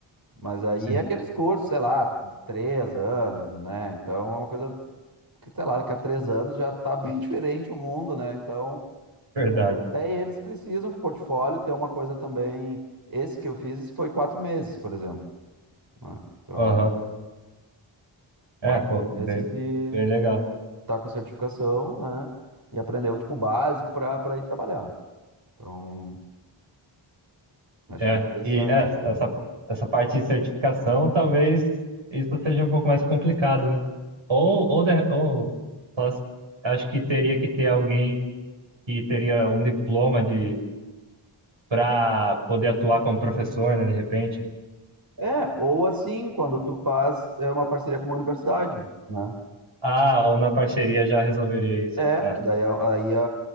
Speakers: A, on the right (about 45°); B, on the right (about 70°).
A: Mas aí
B: Sim,
A: é aqueles cursos, sei lá, de três anos, né? Então é uma coisa que, sei lá, daqui a três anos já tá <laughs> bem diferente o mundo, né? Então,
B: verdade.
A: até eles precisam pro portfólio ter uma coisa também. Esse que eu fiz foi quatro meses, por exemplo, né? Então,
B: Aham.
A: quatro
B: É, pô, bem,
A: meses de
B: bem legal.
A: tá com a certificação, né? E aprender o tipo básico para para ir trabalhar. Então, acho
B: É,
A: que é interessante.
B: e é,
A: assim.
B: essa, essa parte de certificação, talvez isso seja um pouco mais complicado, né? Ou, ou, de- ou só- acho que teria que ter alguém que teria um diploma de para poder atuar como professor, né, de repente.
A: É, ou assim, quando tu faz é uma parceria com uma universidade, né?
B: Ah, ou na parceria já resolveria isso.
A: É,
B: Ah,
A: porque daí, a- aí a-